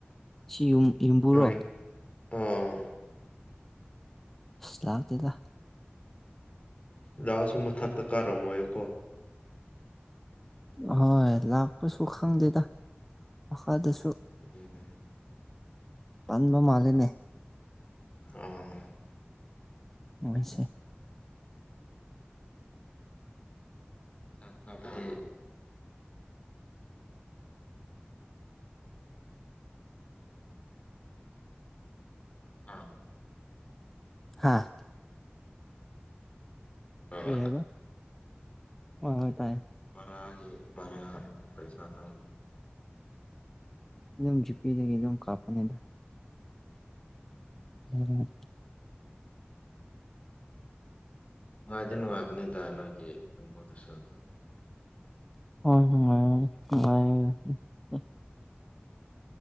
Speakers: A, in the centre; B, on the left.
A: ꯁꯤ ꯌꯨꯝ ꯌꯨꯝꯕꯨꯔꯣ
B: ꯅꯣꯏ ꯑꯥ
A: ꯑꯁ ꯂꯥꯛꯇ‌ꯦꯗ
B: ꯂꯥꯛꯑꯁꯨ ꯃꯊꯛꯇ ꯀꯥꯔꯝꯃꯣꯏꯀꯣ
A: ꯑꯍꫭꯏ ꯂꯥꯛꯄꯁꯨ ꯈꯪꯗꯦꯗ ꯃꯈꯥꯗꯁꯨ
B: ꯎꯝ
A: ꯄꯥꯟꯕ ꯃꯥꯜꯂ‌‌ꯦꯅꯦ
B: ꯑꯥ
A: ꯃꫭꯏꯁꯦ
B: ꯆꯥꯊꯕꯗꯤ ꯑꯥ
A: ꯍꯥꯥ
B: ꯐꯕ
A: ꯀꯔꯤ ꯍꯥꯏꯕ ꯍꯣꯏ ꯍꯣꯏ ꯇꯥꯏꯌꯦ
B: ꯔꯒꯦꯅ ꯄꯩꯁꯥ ꯇꯥ
A: ꯑꯗꯨꯝ ꯖꯤꯄꯤꯗꯒꯤ ꯑꯗꯨꯝ ꯀꯥꯞꯄꯅꯤꯗ ꯑꯣ
B: ꯅꯨꯡꯉꯥꯏꯗꯤ ꯅꯨꯡꯉꯥꯏꯕꯅꯤꯗ ꯅꯣꯏꯒꯤ ꯌꯥꯝꯐꯣꯗꯁꯨ
A: ꯍꯣꯏ ꯍ ꯅꯨꯡꯥꯏ